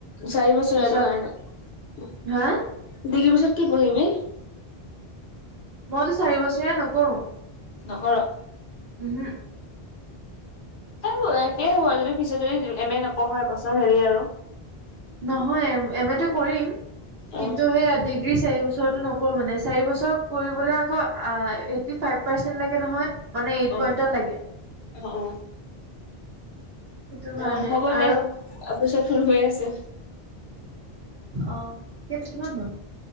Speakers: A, on the left (about 85°); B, on the right (about 70°).
A: চাৰি বছৰ
B: পিছত
A: এইটো কাৰণে, ডিগ্ৰীৰ
B: হা
A: পিছত কি পঢ়িবি?
B: মইতো চাৰি বছৰীয়া নকৰোঁ।
A: নকৰ?
B: উমহু।
A: সেও একে হ'ব আৰু যদি পিছত যদি এম এ নপঢ়, হয় বছৰ হেৰি আৰু।
B: নহয় এম এ মেটো কৰিম।
A: অ
B: কিন্তু সেইয়া ডিগ্ৰী চাৰি বছ বছৰটো নকৰোঁ মানে। চাৰি বছৰ কৰিবলে আকৌ আ এইটী ফাইভ পাৰ্চেন্ত লাগে নহয়। মানে এইট
A: অ
B: পইণ্টত লাগে?
A: অ।
B: সেইটো কাৰণে
A: অ, হ'ব
B: আৰু
A: দে। অপিছত ফুন কৰি আছো।
B: অ। <unintelligible> কিমান হ'ল?